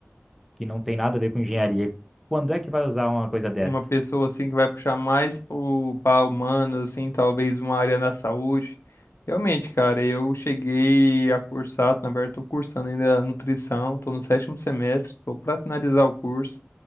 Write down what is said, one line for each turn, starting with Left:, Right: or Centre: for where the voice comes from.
Centre: que não tem nada a ver com engenharia. Quando é que vai usar uma coisa dessa?
Left: uma pessoa assim que vai puxar mais para humanas, assim, talvez uma área da saúde. Realmente, cara, eu cheguei a cursar, na verdade, estou cursando ainda nutrição, estou no sétimo semestre, estou para finalizar o curso.